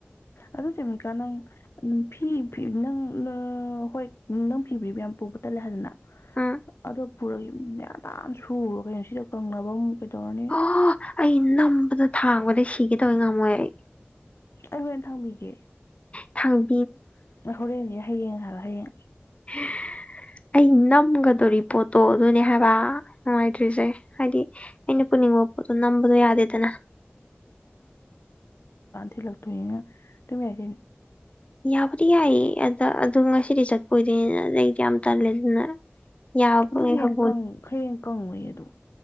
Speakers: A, on the left; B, on the left.
A: ꯑꯗꯣ ꯆꯦꯝꯆꯥ ꯅꯪ ꯐꯤ ꯄꯤꯅꯪ <unintelligible> ꯑꯣ ꯍꯣꯏ ꯅꯪ ꯐꯤꯕꯤ꯭ꯔꯤꯕ ꯌꯥꯝ ꯄꯨꯕ ꯇꯜꯂꯦ ꯍꯥꯏꯗꯅ
B: ꯎꯝ
A: ꯑꯗꯣ ꯄꯨꯔꯒ ꯌ ꯃꯗꯥꯟ ꯁꯨꯔꯒ ꯀꯩꯅꯣ ꯁꯤꯗ ꯀꯪꯅꯕ ꯑꯩꯙꯣꯔꯅꯦꯦ
B: ꯑꯣ ꯑꯩ ꯅꯝꯕꯗ ꯊꯥꯡꯕꯗ ꯁꯤꯒꯦꯗꯕ ꯉꯝꯃꯣꯏ ꯑꯩ
A: ꯑꯩ ꯍꯣꯔꯦꯟ ꯊꯥꯡꯕꯤꯒꯦ
B: ꯊꯥꯡ
A: ꯂꯥꯛ ꯍꯧꯔꯦꯟꯁꯦ ꯍꯌꯦꯡꯍꯥꯟꯂ ꯍꯌꯦꯡ
B: ꯍ ꯑꯩ ꯅꯝꯒꯗꯣꯔꯤꯕ ꯄꯣꯠꯇꯣ ꯑꯗꯨꯅꯦ ꯍꯥꯏꯕ ꯅꯨꯡꯉꯥꯏꯇ꯭ꯔꯤꯁꯦ ꯍꯥꯏꯗꯤ ꯑꯩꯅ ꯄꯨꯅꯤꯡꯕ ꯄꯣꯠꯇꯣ ꯅꯝꯕꯗꯣ ꯌꯥꯗꯦꯗꯅ
A: ꯁꯤꯜꯂꯛꯇꯣꯏꯏꯅ ꯇꯃꯤ ꯌꯥꯩꯅ
B: ꯌꯥꯕꯨꯗꯤ ꯌꯥꯏꯌꯦ ꯑꯗ ꯑꯗꯨ ꯉꯁꯤꯗꯤ ꯆꯠꯄ ꯑꯣꯏꯗꯣꯏꯅꯤꯅ ꯑꯗꯩꯗꯤ ꯌꯥꯝ ꯇꯜꯂꯦ ꯑꯗꯨꯅ ꯌꯥꯕꯉꯩ
A: ꯑꯗꯨ ꯍꯌꯦꯡ
B: ꯈꯛ
A: ꯍꯌꯦꯡ ꯀꯪꯉꯨꯏ ꯑꯗꯨ